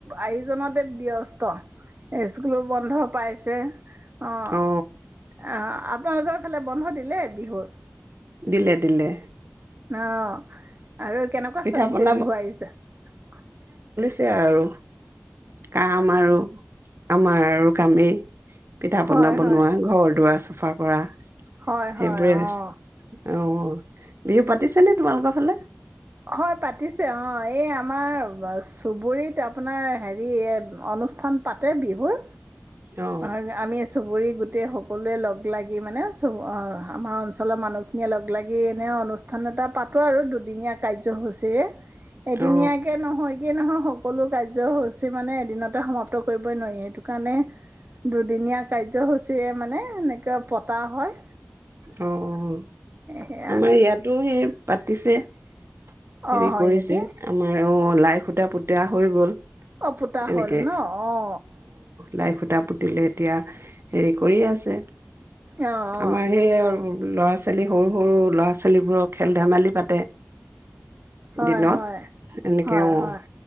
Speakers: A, on the right; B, on the right.
A: আয়োজনতে ব্যস্ত স্কুলো বন্ধ পাইছে অঁ
B: অ
A: অ আ গৰ ফালে বন্ধ দিলেই বিহুৰ
B: দিলে দিলে
A: আহ আৰু কেনেকুৱা
B: পিঠা
A: চলিছে
B: পনা
A: বিহুৱোজাত
B: এ আৰু কাম আৰু আমাৰ আৰু কামেই পিঠা
A: হয়
B: পনা বনোৱা
A: হয়
B: ঘৰ দুৱাৰ চব চাফা কৰা <inaudible>
A: হয়
B: সেইবোৰে
A: হয় আহ।
B: অ বিহু পাতিছ নে? তোমালোকৰ ফালে
A: হয় পাতিছে অঁ এই আমাৰ চুবুৰীত আপোনাৰ হেৰি অনুষ্ঠান পাতে বিহুৰ।।
B: অ
A: হয় আমি <inaudible> চুবুৰী গোটেই সকলোৱে লগ লাগি। মানে চব আমাৰ অঞ্চলৰ মানুহখিনিয়ে লগ লাগি এনেই অনুষ্ঠান এটা পাতোঁ আৰু দুদিনীয়া।। কাৰ্যসূচীৰে।। এদিনীয়াকে
B: অ
A: নহয় গে নহয় সকলো কাৰ্যসূচী।। মানে এদিনতে সমাপ্ত কৰিবই নোৱাৰি। সেইটো কাৰণে দুদিনীয়া কাৰ্যসূচীৰে মানে এেনেকৈ পতা হয়।
B: অ আমাৰ
A: সেয়া
B: ইয়াতো সেই।। পাতিছে।। হেৰি
A: অ' হয়
B: কৰিছে
A: নেকি
B: আমাৰ।। আৰু লাই সূতা পুতা হৈ গ'ল।
A: অ পোতা
B: এনেকে
A: হ'ল ন? অ
B: লাই সুতা পুতিলে এতিয়া হেৰি কৰি আছে।
A: আহ আহ
B: আমাৰ সেই ল'ৰা ছোৱালী সৰু সৰু ল'ৰা ছোৱালীবোৰক খেল- ধেমালি পাতে।
A: হয়
B: দিনত
A: হয়
B: এনেকে
A: হয়
B: অ',
A: হয়।